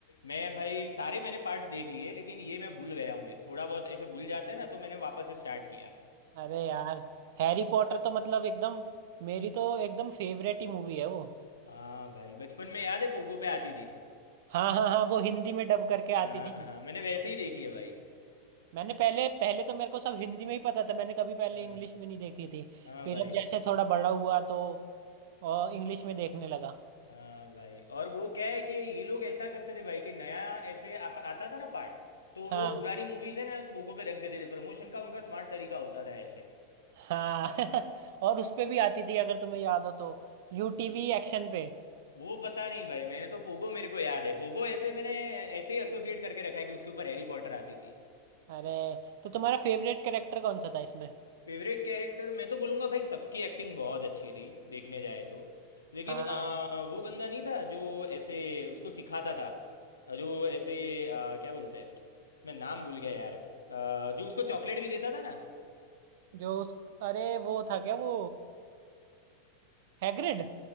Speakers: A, on the left; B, on the right.
A: मैं भाई सारे मैंने पार्ट्स देख लिए लेकिन ये मैं भूल गया हूँ ये थोड़ा बहुत ऐसे भूल जाते हैं ना तो मैंने वापस से स्टार्ट किया
B: अरे यार हैरी पॉटर तो मतलब एकदम मेरी तो एकदम फेवरेट ही मूवी है वो
A: हाँ भाई बचपन में याद है पोगो पे आती थी
B: हाँ हाँ हाँ वो हिंदी में डब करके
A: हाँ
B: आती थी
A: हाँ मैंने वैसे ही देखी है भाई
B: मैंने पहले पहले तो मेरे को सब हिंदी में ही पता था मैंने कभी पहले
A: हाँ
B: इंग्लिश में नहीं देखी थी
A: हाँ
B: फिर
A: भाई
B: अब जैसे थोड़ा बड़ा हुआ तो और इंग्लिश में देखने लगा
A: हाँ भाई और वो क्या है कि ये लोग ऐसा करते थे भाई कि नया ऐसे आप, आता था ना पार्ट तो वो
B: हाँ
A: पुरानी मूवीज है ना पोगो पे रख देते थे प्रमोशन का उनका स्मार्ट तरीका होता था ऐसे
B: हाँ <laughs> और उस पे भी आती थी अगर तुम्हें याद हो तो यूटीवी एक्शन पे
A: वो पता नहीं भाई मैंने तो पोगो मेरे को याद है पोगो ऐसे मैंने ऐसे ही एसोसिएट करके रखा है कि उसके ऊपर हैरी पॉटर आती थी
B: अरे तो तुम्हारा फेवरेट कैरेक्टर कौन सा था इसमें
A: फेवरेट कैरेक्टर मैं तो बोलूँगा भाई सबकी एक्टिंग बहुत अच्छी थी देखने जाए तो लेकिन
B: हाँ
A: अ, वो बंदा नहीं था जो ऐसे उसको सिखाता था जो ऐसे अ, क्या बोलते हैं मैं नाम भूल गया यार अ, जो उसको चॉकलेट भी देता था ना
B: जो उस अरे वो था क्या वो हैग्रिड